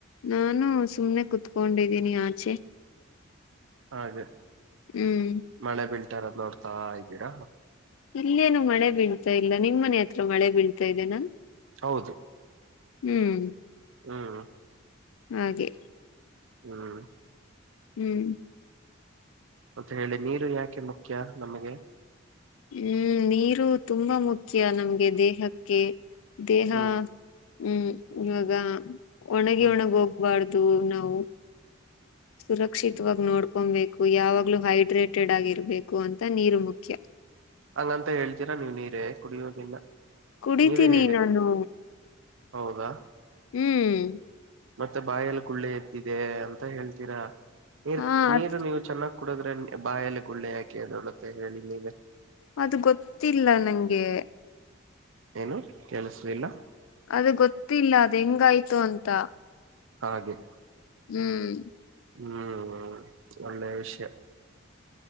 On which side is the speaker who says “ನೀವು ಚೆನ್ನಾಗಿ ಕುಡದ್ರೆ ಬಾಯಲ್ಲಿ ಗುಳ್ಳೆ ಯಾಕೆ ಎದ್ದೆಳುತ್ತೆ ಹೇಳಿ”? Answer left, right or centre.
Right